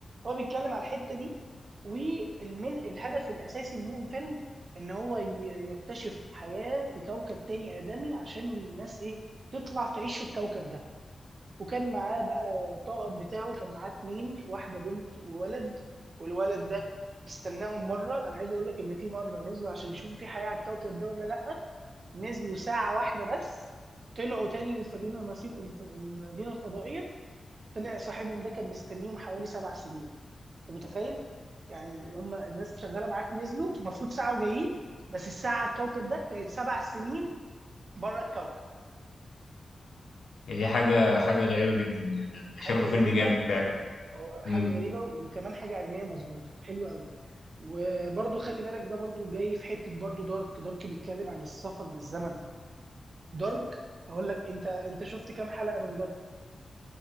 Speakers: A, on the right; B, on the left.
A: هو بيتكلم على الحته دي والمن الهدف الاساسي من الفيلم ان هو ي- يكتشف حياه في كوكب تاني ادمي عشان الناس ايه تطلع تعيش في الكوكب ده وكان معاه بقى الطاقم بتاعه كان معاه اتنين واحده بنت وولد والولد ده استناهم مره انا عايز اقول لك ان في مره نزلوا عشان يشوفوا في حياه على الكوكب ده ولا لا نزلوا ساعه واحده بس طلعوا تاني للمدينه المرسي- المدينه الفضائيه طلع صاحبهم ده كان مستنيهم حوالي سبع سنين انت متخيل؟ يعني هم الناس شغاله معاك نزلوا المفروض ساعه وجايين بس الساعه على الكوكب ده كانت سبع سنين بره الكوكب
B: يعني دي حاجه حاجه غريبه جدا يعني
A: حاجه
B: شكله فيلم
A: غريبه
B: جامد فعلا
A: هو حاجه
B: امم
A: غريبه وكمان حاجه علميه مظبوطه حلوه قوي وبرضو خلي بالك ده برضو جاي في حته برضو دارك دارك بيتكلم عن السفر بالزمن دارك اقول لك انت انت شفت كام حلقه من دارك